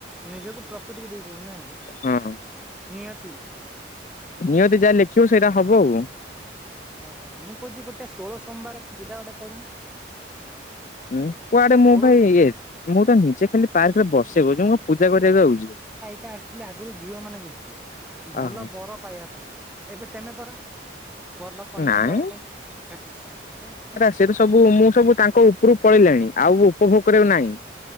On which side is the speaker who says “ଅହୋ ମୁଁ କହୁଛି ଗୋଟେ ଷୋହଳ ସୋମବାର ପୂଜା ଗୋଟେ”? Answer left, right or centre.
Centre